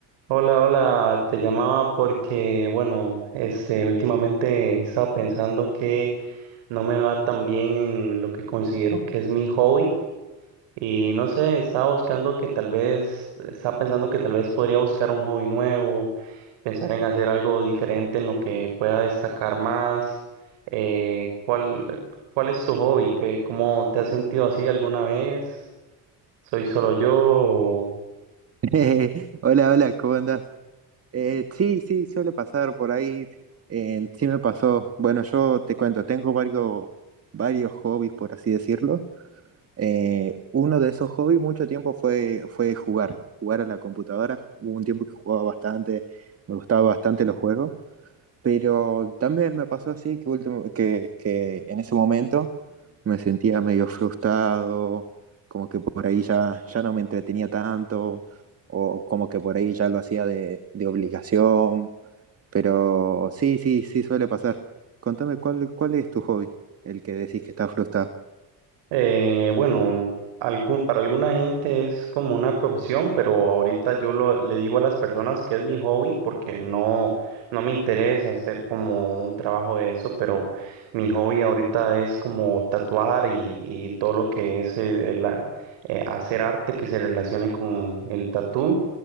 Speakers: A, on the right (about 85°); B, on the right (about 35°).
A: Hola, hola, te llamaba porque, bueno, este, últimamente he estado pensando que no me va tan bien en lo que considero que es mi hobby y no sé, estaba buscando que tal vez, estaba pensando que tal vez podría buscar un hobby nuevo, pensar en hacer algo diferente en lo que pueda destacar más. Eh, ¿cuál, cuál es tu hobby? ¿Qué, cómo te has sentido así alguna vez? ¿Soy solo yo?
B: <laughs> Eh, Hola, hola, ¿cómo andás? Eh, sí, sí, suele pasar por ahí. eh, sí me pasó. Bueno, yo te cuento, tengo varios, varios hobbies, por así decirlo. Eh, uno de esos hobbies mucho tiempo fue, fue jugar, jugar a la computadora. Hubo un tiempo que jugaba bastante, me gustaba bastante los juegos. Pero también me pasó así que, último, que, que en ese momento me sentía medio frustrado, como que por ahí ya, ya no me entretenía tanto, o como que por ahí ya lo hacía de, de obligación. Pero sí, sí, sí suele pasar. Contame, ¿cuál, cuál es tu hobby? El que decís que estás frustrado.
A: Eh, bueno, algún, para alguna gente es como una profesión, pero ahorita yo lo, le digo a las personas que es mi hobby porque no, no me interesa hacer como un trabajo de eso, pero mi hobby ahorita es como tatuar y, y todo lo que es eh, eh, la- eh, hacer arte que se relacione con el tatú.